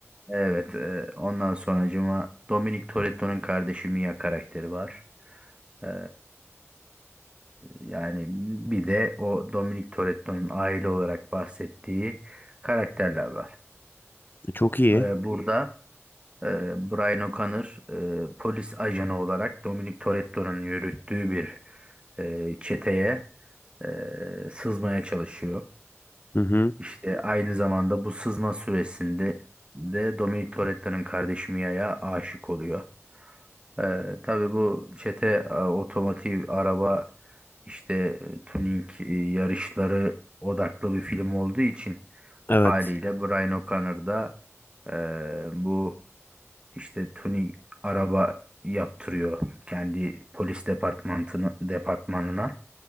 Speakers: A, on the right; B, on the left.
A: Evet. e, ondan sonracıma Dominic Toretto'nun kardeşi Mia karakteri var. Ee, yani bir de o Dominic Toretto'nun aile olarak bahsettiği karakterler var.
B: E, Çok iyi.
A: Ve burada e, Brian O'Connor e, polis ajanı olarak Dominic Toretto'nun yürüttüğü bir e, çeteye e, sızmaya çalışıyor.
B: Hı hı.
A: İşte aynı zamanda bu sızma süresinde de Dominic Toretto'nun kardeşi Mia'ya aşık oluyor. Ee, tabii bu çete e, otomotiv araba işte e, tuning e, yarışları odaklı bir film olduğu için
B: Evet.
A: haliyle Evet. Brian O'Connor da e, bu işte tuning araba yaptırıyor kendi polis departmanını departmanına.